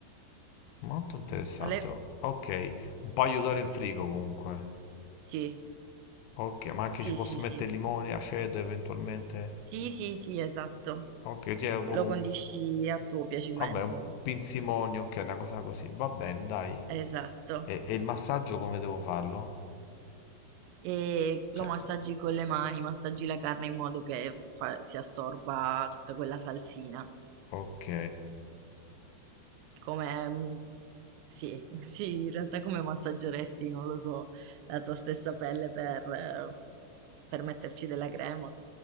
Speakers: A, on the left; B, on the right.
A: Molto interessante.
B: Le-
A: Ok, un paio d'ore in frigo comunque.
B: Sì,
A: Ok, ma anche
B: sì,
A: ci posso
B: sì, sì.
A: mettere limone, aceto eventualmente?
B: Sì, sì, sì, esatto.
A: Ok, cioè, è proprio
B: Lo condisci
A: un,
B: a tuo piacimento,
A: vabbè, un pinzimonio, ok, una cosa così. Va bene, dai.
B: esatto.
A: E, e il massaggio come devo farlo?
B: E lo
A: Cioè,
B: massaggi con le mani, massaggi la carne in modo che fa- si assorba tutta quella falsina.
A: ok,
B: Come, mm, sì, <laughs> sì, in realtà come massaggeresti, non lo so, la tua stessa pelle per, eh, per metterci della crema.